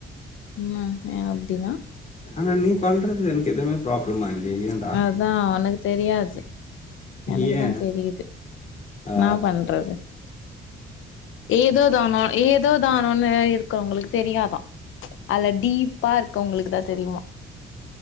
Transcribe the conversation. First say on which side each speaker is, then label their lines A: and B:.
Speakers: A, on the left (about 85°); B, on the left (about 35°).
A: ம் ஏ அப்டின்னா
B: ஆனா நீ பண்றது எனக் எதுமே ப்ராப்ளமா இல்லயே ஏ அ
A: அதா உனக்குத் தெரியாது எனக்குதா
B: ஏ
A: தெரியுது
B: ஆ
A: நா பண்றோ இரூ ஏதோ தானோ ஏதோ தானோன்னூ இருக்கவங்களுக்கு தெரியாதா அதுல டீப்பா இருக்கவங்களுக்கு தா தெரியுமா